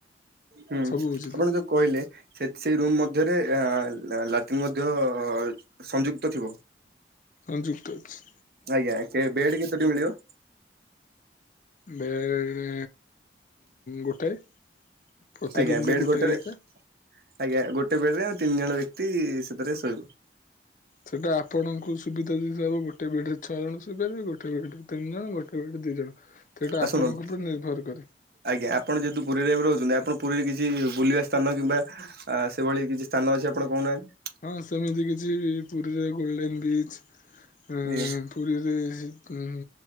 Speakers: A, on the right; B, on the left.
A: ହୁଁ
B: ସବୁ ବୁଝିଦବୁ।
A: ଆପଣ ଯୋଉ କହିଲେ। ସେ ସେଇ ରୁମ୍ ମଧ୍ୟରେ ଅହ ଲାଟିନ୍ ମଧ୍ୟ ସଂଯୁକ୍ତ ଥିବ।
B: ସଂଯୁକ୍ତ ଅଛି।
A: ଆଜ୍ଞା କେ ବେଡ କେତଟି ମିଳିବ।
B: ବେଡ଼ ଗୋଟାଏ ପ୍ରତି
A: ଆଜ୍ଞା
B: ରୁମରେ
A: ବେଡ୍
B: ଗୋଟାଏ
A: ଗୋଟେରେ
B: ଲେଖା।
A: ଆଜ୍ଞା ଗୋଟେ ବେଡ ରେ ଆମ ତିନି ଜଣ ବ୍ୟକ୍ତି ସେଥିରେ ଶୋଇବୁ।
B: ସେଟାପଣଙ୍କୁ ସୁବିଧା ଯିବ ଗୋଟେ ବେଡ ଛଅ ଜଣ ଶୋଇପାରିବେ ଗୋଟେ ବେ ତିନି ଜଣ ଗୋଟେ। ଗୋଟେ ବେଡରେ ଦିଇ ଜଣ ସେଇଟା
A: ଆ
B: ଆପଣଙ୍କ
A: ଶୁଣନ୍ତୁ
B: ଉପରେ ନିର୍ଭର କରେ।
A: ଆଜ୍ଞା ଆପଣ ଯେହେତୁ ପୁରୀରେ ଏ ରହୁଛନ୍ତି ଆପଣ ପୁରୀରେ କିଛି ବୁଲିବା ସ୍ଥାନ କିମ୍ବା ଆ ସେଭଳି କିଛି ସ୍ଥାନ ଅଛି ଆପଣ କହୁନାହାନ୍ତି।
B: ହଁ ସେମିତି କିଛି ପୁରୀରେ ଗୋଲଡେନ ବିଚ୍ ଅ
A: ଆଜ୍ଞା
B: ପୁରୀରେ ଉଁ